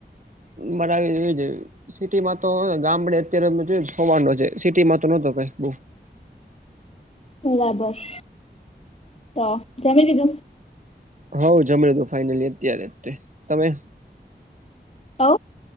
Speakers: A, on the right; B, on the left.
A: મરાવી એવી <unintelligible> સિટીમાં તો ગામડે અત્યારે જોયુ હવાર નો છે સિટીમાં તો નતો કઈ બઉ.
B: બરાબર તો જમી લીધું.
A: હા વુ જમ્યું લીધું ફાઈનલી અત્યારે તે તમે.
B: હઓ